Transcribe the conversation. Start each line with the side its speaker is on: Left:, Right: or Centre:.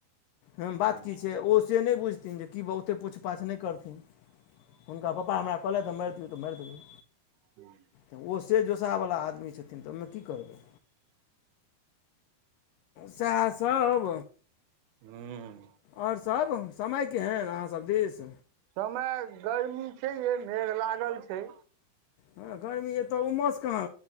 Left: ह
Right: हँ
Left: बात की छै? ओ से नहि बुझथिन जे तऽ की ब ओते पूछ पाछ नहि करथिन, हुनका पप्पा हमरा कहलथिऽ मारि दियौ तऽ मरि देबै।
Right: <inaudible>
Left: तऽ ओ से जोशाहवला आदमी छथिन तऽ ओहिमे की करबै? सएहसभ
Right: हम्म
Left: आओर सब? समय केहन अहाँसभ दिस
Right: समय गर्मी छै य, मेघ लागल छै
Left: हँ गर्मी एतय उमस कहाँ?